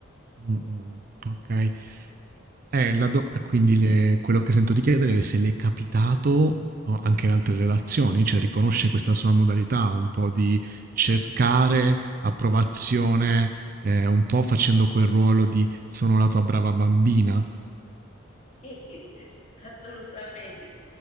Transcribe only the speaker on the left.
eh.
Sì, <laughs> assolutamente.